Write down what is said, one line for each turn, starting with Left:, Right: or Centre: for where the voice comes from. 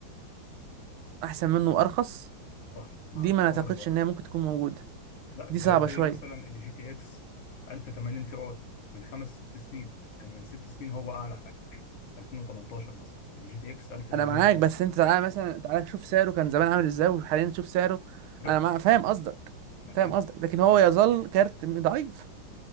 Right: احسن منه وارخص
Left: صح مع
Right: دي
Left: تطور
Right: ما اعتقدش
Left: الوقت
Right: ان هي ممكن تكون موجوده
Left: لا
Right: دي
Left: زي
Right: صعبه
Left: زي
Right: شويه
Left: مثلا الجي تي اكس 1080 تي اي من خمس ست سنين كان من ست سنين هو اعلى حاجه 2018 مثلا الجي تي اكس 1080
Right: انا معاك
Left: تي اي
Right: بس انت تعالى مثلا تعالى شوف سعره كان زمان عامل ازاي وحاليا شوف سعره
Left: رخص
Right: انا مع... فاهم قصدك
Left: انا فاهم
Right: فاهم قصدك لكن هو
Left: تمام
Right: يظل كارت ضعيف